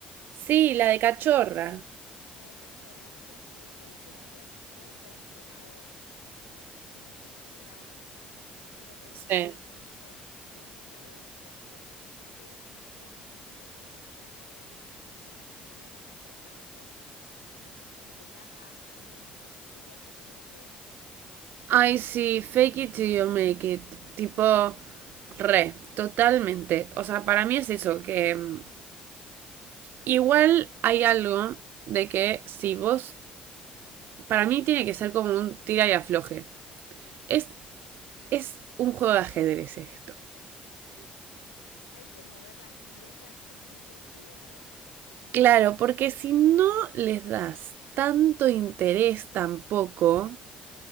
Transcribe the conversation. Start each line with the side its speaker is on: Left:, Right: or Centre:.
Right: Sí, la de cachorra.
Left: La de cachorra, o sea, todo lo que dice, o sea, s- puede ser tomado de, de- de muchas maneras, eh, pero creo
Right: Sí.
Left: que tiene un punto en esto de decir, che, vos, vos sos más importante que este chabón, vos tenés una vida más importante y empezá a al menos fingirlo hasta que te lo creas.
Right: Ay, sí, fake it till you make it. Tipo, re, totalmente. O sea, para mí es eso, que mm, igual hay algo de que si vos, para mí tiene que ser como un tira y afloje. Es, es un juego de ajedrez esto.
Left: Hay que mover las piezas con mucho cuidado.
Right: Claro, porque si no les das tanto interés tampoco,